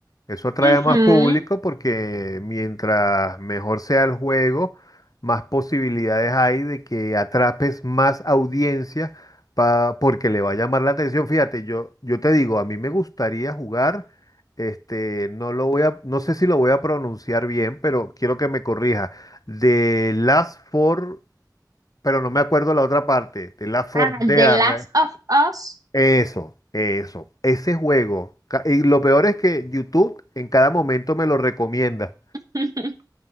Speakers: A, on the left; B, on the right.
A: Eso atrae
B: Ujú.
A: a más público porque mientras mejor sea el juego, más posibilidades hay de que atrapes más audiencia pa- porque le va a llamar la atención. Fíjate, yo, yo te digo, a mí me gustaría jugar, este, no lo voy a, no sé si lo voy a pronunciar bien, pero quiero que me corrija. De Last Four, pero no me acuerdo la otra parte, de Last Four
B: Ah,
A: Dead.
B: The Last of Us.
A: Eso, eso, ese juego. Ca- Y lo peor es que YouTube en cada momento me lo recomienda.
B: <laughs>